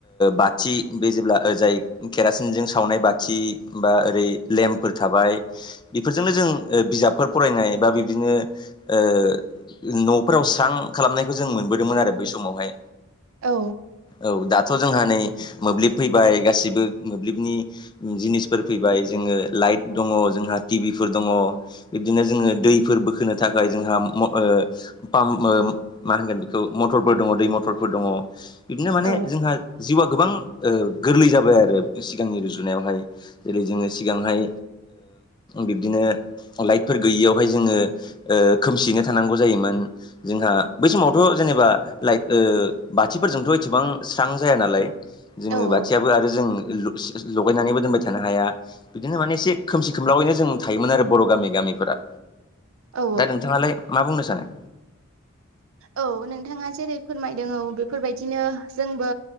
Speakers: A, on the left; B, on the right.
A: बाथि बे जेब्ला जाय केरासिनजों सावनाय बाथि बा ओरै लेम्पफोर थाबाय। बेफोरजोंनो जों बिजाबफोर फरायनाय बा बिब्दिनो ओ न'फोराव स्रां खालामनायखौ जों मोनबोदोंमोन आरो बै समावहाय।
B: औ
A: औ दाथ' जोंहा नै मोब्लिब फैबाय गासिबो मोब्लिबनि जिनिसफोर फैबाय जोङो लाइट दङ जोंहा टिभिफोर दङ। बिदिनो जोङो दैफोर बोखोनो थाखाय जोंहा ओ पाम्प मा होनगोन बेखौ? मथरफोर दङ दै मथरफोर दङ। बिदिनो माने
B: औ
A: जोंहा जिउआ गोबां गोरलै जाबाय आरो सिगांनि रुजुनायावहाय। जेरै जोङो सिगांहाय बिब्दिनो लाइटफोर गैयियावहाय जोङो खोमसियैनो थानांगौ जायोमोन। जोंहा बै समावथ' जेनेबा लाइट बाथिफोरजोंथ' एसेबां स्रां जाया नालाय। जोङो
B: औ
A: बाथियाबो आरो जों लगायनानैबो दोनबाय थानो हाया। बिदिनो माने एसे खोमसि खोमलाावैनो जों थायोमोन आरो बर' गामि गामिफोरा।
B: औ
A: दा नोंथांङालाय मा बुंनो सानो?
B: औ नोंथाङा जेरै फोरमायदों औ बेफोरबायदिनो जोंबो